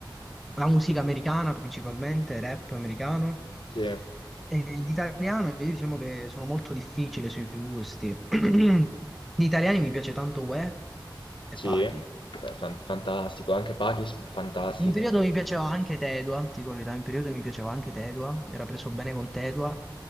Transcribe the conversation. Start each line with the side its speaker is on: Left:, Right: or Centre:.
Centre: la musica americana principalmente, rap americano.
Left: Sì,
Centre: E l'italiano, io diciamo che sono molto difficile sui gusti. <clears throat> Gli italiani mi piace tanto Uè e
Left: sì,
Centre: Pachi.
Left: fa- fan- fantastico, anche Pakis, fantastico.
Centre: Un periodo mi piaceva anche Tedua, ti dico la verità, un periodo mi piaceva anche
Left: Sì.
Centre: Tedua, mi era preso bene con Tedua,